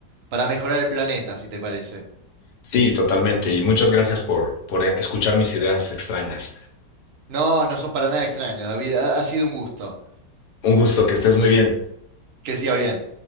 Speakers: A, on the right; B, on the left.
A: para mejorar el planeta, si te parece.
B: Sí, totalmente. Y muchas gracias por, por escuchar mis ideas extrañas.
A: No, no son para nada extrañas, David. Ha, ha sido un gusto.
B: Un gusto, que estés muy bien.
A: Que sigas bien.